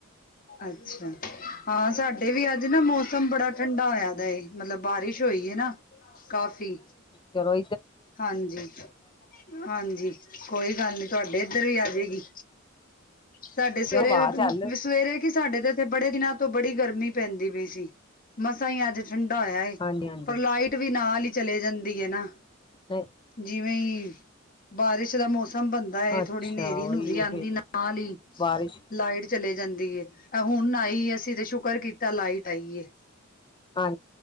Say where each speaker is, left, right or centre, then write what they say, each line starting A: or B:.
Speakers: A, on the left; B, on the left.
A: ਅੱਛਾ ਹਾਂ ਸਾਡੇ ਵੀ ਅੱਜ ਨਾ ਮੌਸਮ ਬੜਾ ਠੰਡਾ ਹੋਇਆ ਦਾ ਏ ਮਤਲਬ ਬਾਰਿਸ਼ ਹੋਈ ਹੈ ਨਾ ਕਾਫ਼ੀ
B: ਤੇੋ
A: ਹਾਂਜੀ ਹਾਂਜੀ ਕੋਈ ਗੱਲ ਨੀ ਤੁਹਾਡ ਇੱਧਰ ਵੀ ਆ ਜੇਗੀ ਸਾਡੇ ਸਵੇਰੇ
B: ਹਵਾ ਚੱਲ
A: ਸਵੇਰੇ ਕਿ ਸਾਡੇ ਤੇ ਇੱਥੇ ਬੜੇ ਦਿਨਾਂ। ਤੋਂ ਬੜੀ ਗਰਮੀ ਪੈਂਦੀ ਪਈ ਸੀ ਮਸਾਂ ਹੀ ਅੱਜ ਠੰਡਾ ਹੋਇਆ ਏ
B: ਹਾਂਜੀ ਹਾਂਜੀ
A: ਪਰ ਲਾਈਟ ਵੀ ਨਾਲ ਈ ਚਲੇ ਜਾਂਦੀ ਹੈ ਨਾ
B: ਨਹੀਂ
A: ਜਿਵੇਂ ਬਾਰਿਸ਼ ਦਾ ਮੌਸਮ ਕੰਮ ਬੰਦਾ ਹੈ
B: ਅੱਛਾ
A: ਥੋੜ੍ਹੀ ਹਨੇਰੀ
B: ਉਹੀ
A: ਨੂਰੀ ਆਉਂਦੀ
B: ਫਿਰ
A: ਨਾਲ ਹੀ
B: ਬਾਰਿਸ਼
A: ਲਾਈਟ ਚਲੇ ਜਾਂਦੀ ਐ ਹੁਣ ਆਈ ਅਸੀਂ ਤੇ ਸ਼ੁਕਰ ਕੀਤਾ ਲਾਈਟ ਆਈਏ
B: ਹਾਂ